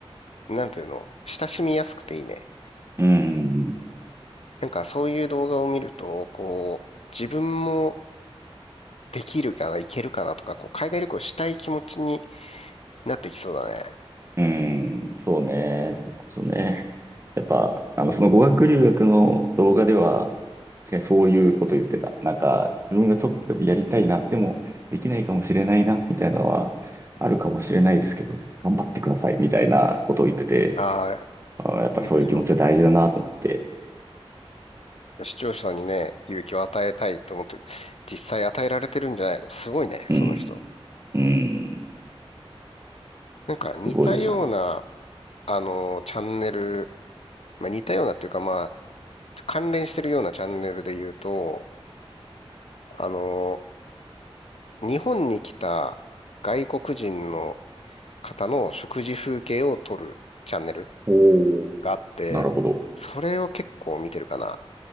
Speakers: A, on the left (about 80°); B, on the right (about 25°).
A: う、なんていうの、親しみやすくていいね。
B: うん。
A: なんか、そういう動画を見ると、こう、自分もできるかな、いけるかなとか、こう、海外旅行したい気持ちになってきそうだね。
B: うん。そうね。そこそね。やっぱ、あの、その語学留学の動画では、確かにそういうこと言ってた。なんか、自分がちょっとでもやりたいな、でもできないかもしれないな、みたいなのは、あるかもしれないですけど、頑張ってください、みたいなことを言ってて、
A: ああ、
B: あー、やっぱそういう気持ちは大事だなと思って。
A: 勇気を。視聴者にね、勇気を与えたいと思ってる。実際与えられてるんじゃないのすごいね、その人。
B: うん。うん。
A: なんか似たような、
B: すごいよな。
A: あの、チャンネル、まあ、似たようなっていうか、まあ、関連してるようなチャンネルで言うと、あの、日本に来た外国人の方の食事風景を撮るチャンネル
B: おー
A: があって、
B: なるほど。
A: それを結構見てるかな。